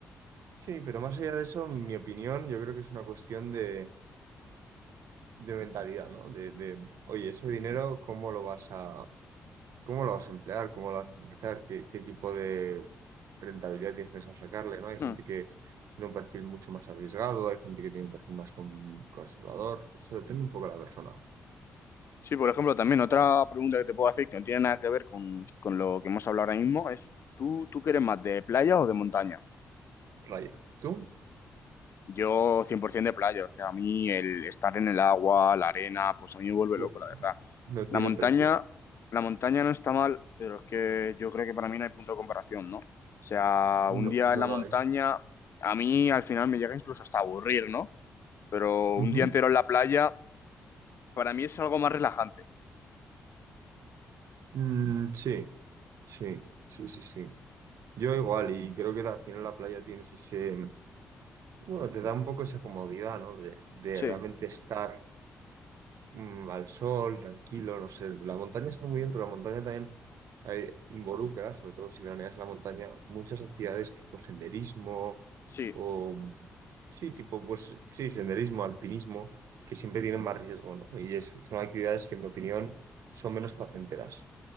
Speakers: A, on the right; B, on the left.
A: sí, pero más allá de eso, en mi opinión, yo creo que es una cuestión de, de mentalidad, ¿no? De, de, oye, ese dinero, ¿cómo lo vas a, cómo lo vas a emplear? ¿Cómo lo vas a utilizar? ¿Qué, qué tipo de rentabilidad tienes pensado sacarle, ¿no? Hay gente
B: Hmm.
A: que tiene un perfil mucho más arriesgado, hay gente que tiene un perfil más con- conservador. Eso depende un poco de la persona.
B: Sí, por ejemplo, también otra pregunta que te puedo hacer que no tiene nada que ver con, con lo que hemos hablado ahora mismo es, ¿tú, tú quieres más de playa o de montaña?
A: Raya. ¿Tú?
B: Yo 100% de playa, o sea, a mí el estar en el agua, la arena, pues a mí me vuelve
A: Uf,
B: loco, la verdad.
A: no tiene
B: La montaña,
A: precio.
B: la montaña no está mal, pero es que yo creo que para mí no hay punto de comparación, ¿no? O sea,
A: No,
B: un día
A: no
B: en la
A: lo
B: montaña,
A: hay.
B: a mí al final me llega incluso hasta a aburrir, ¿no? Pero
A: Ujú.
B: un día entero en la playa, para mí es algo más relajante.
A: Mm, sí. Sí, sí, sí, sí. Yo igual, y creo que al final la playa tienes ese, bueno, te da un poco esa comodidad, ¿no? De, de
B: Sí.
A: realmente estar mm, al sol, tranquilo, no sé. La montaña está muy bien, pero la montaña también eh, involucra, sobre todo si veraneas en la montaña, muchas actividades tipo senderismo
B: Sí.
A: o, mm, sí, tipo, pues sí, senderismo, alpinismo, que siempre tienen más riesgo, ¿no? Y es, son actividades que, en mi opinión, son menos placenteras.